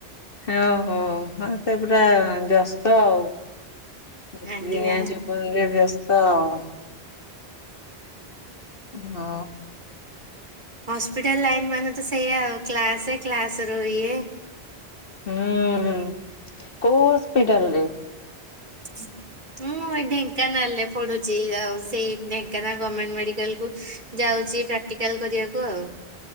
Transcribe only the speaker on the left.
ହଁ ହୋ ମତେ ପୁରା ବ୍ୟସ୍ତ ଆଉତି
ଦିନିଆ ଯ <unintelligible> ବ୍ୟସ୍ତ ଆଉ। ହଁ।
ହୁଁ ହୁଁ କୋଉ ହସ୍ପିଟାଲ ରେ?